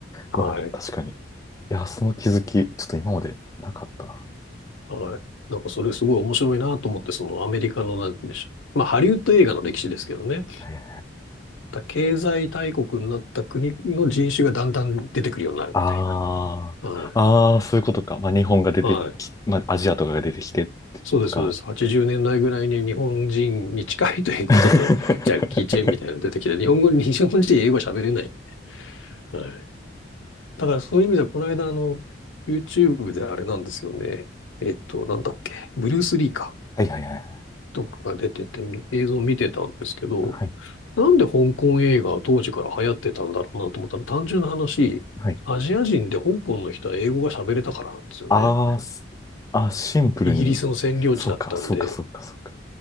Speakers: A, on the left; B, on the left.
A: はい。
B: うわ、確かに。いや、その気づき、ちょっと今までなかったな。
A: はい。なんかそれすごい面白いなと思って、そのアメリカのなんて言うんでしょう。まあハリウッド映画の歴史ですけどね。
B: いやいや
A: だ経済大国になった国の人種がだんだん出てくるようになるみたい
B: ああー、
A: な。はい。
B: ああ、そういうことか。まあ、日本が出てき、
A: はい。
B: まあ、アジアとかが出てきて、
A: そうです、
B: とか。
A: そうです。80年代ぐらいに日本人に近いということで、
B: <laughs>
A: ジャッキー・チェンみたいなの出てきて、日本語に、日本人英語喋れない。はい。だからそういう意味では、この間あの、YouTube であれなんですよね。えっと、なんだっけ。ブルース・リーか。
B: はいはいはい。
A: とかが出てて映像を見てたんですけど、
B: はい。
A: なんで香港映画は当時から流行ってたんだろうなと思ったら単純な話、
B: はい。
A: アジア人で香港の人は英語が喋れたからなんですよね。
B: あーすあ、シンプルに、
A: イギリスの占領地だったんで。
B: そうか、そうか、そうか、そうか。